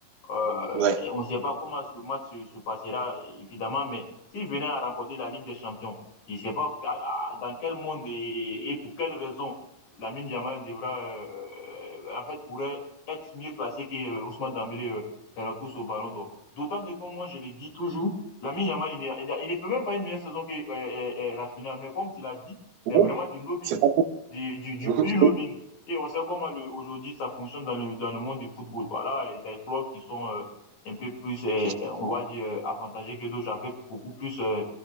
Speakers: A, on the left; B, on the right.
A: euh,
B: Ouais.
A: et on ne sait pas comment le match se, se passera, évidemment, mais s'il venait à remporter la Ligue des Champions, je ne sais pas à- à- dans quel monde et, et pour quelle raison Lamine Yamal devra, euh, en fait, pourrait être mieux classé que euh, Ousmane Dembélé euh, dans la course au Ballon d'Or. D'autant que, comme moi, je le dis toujours, Lamine Yamal, il, n'est- il n'a- il ne fait même pas une meilleure saison que euh, euh, euh, Rafinha, mais comme tu l'as dit,
B: Ouais.
A: c'est vraiment du lobbying,
B: C'est pas faux.
A: du, du, du
B: Mhm.
A: pur lobbying. Et on sait comment le- aujourd'hui ça fonctionne dans le, dans le monde du football. Voilà, et des clubs qui sont euh, un peu plus, euh,
B: C'est
A: euh, on va dire, euh, avantagés que d'autres, avec beaucoup plus euh,